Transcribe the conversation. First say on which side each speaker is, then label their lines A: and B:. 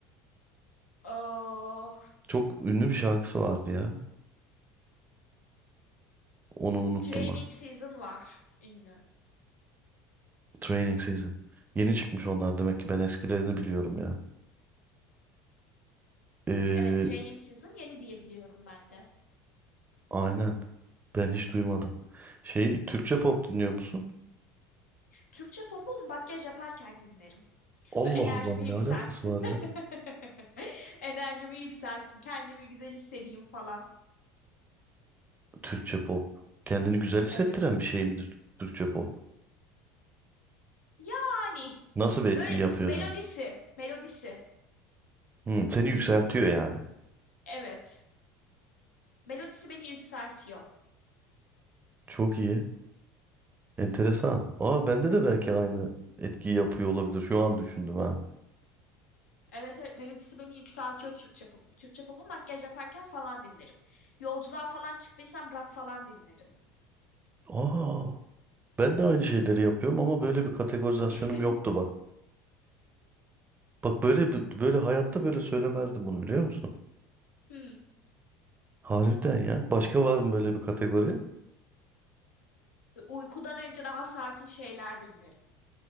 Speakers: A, on the left (about 80°); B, on the right (about 25°).
A: Oh,
B: Çok ünlü bir şarkısı vardı ya. Onu unuttum
A: Training
B: bak.
A: Season var. Ünlü.
B: Training Season. Yeni çıkmış onlar demek ki ben eskilerini biliyorum ya. Ee,
A: Evet, Training Season yeni diyebiliyorum ben de.
B: aynen. Ben hiç duymadım. Şey Türkçe pop dinliyor musun?
A: Türkçe pop'u makyaj yaparken dinlerim.
B: Allah
A: Böyle enerjimi
B: Allah ne
A: yükseltsin.
B: alakası var ya?
A: <laughs> Enerjimi yükseltsin. Kendimi güzel hissedeyim falan.
B: Türkçe pop. Kendini güzel hissettiren
A: Evet.
B: bir şey midir Türkçe pop?
A: Yani
B: Nasıl bir etki
A: böyle
B: yapıyor
A: melodisi,
B: acaba?
A: melodisi.
B: Hmm, seni yükseltiyor yani.
A: Evet. Melodisi beni yükseltiyor.
B: Çok iyi. Enteresan. Aa bende de belki aynı etkiyi yapıyor olabilir. Şu an düşündüm ha.
A: Evet evet melodisi beni yükseltiyor Türkçe popu. Türkçe popu makyaj yaparken falan dinlerim. Yolculuğa falan çıktıysam rock falan dinlerim.
B: Aa Ben de aynı şeyleri yapıyorum ama böyle bir kategorizasyonum
A: <laughs>
B: yoktu bak. Bak böyle böyle hayatta böyle söylemezdim bunu biliyor musun?
A: Hmm.
B: Harbiden ya. Başka var mı böyle bir kategori?
A: Uykudan önce daha sakin şeyler dinlerim.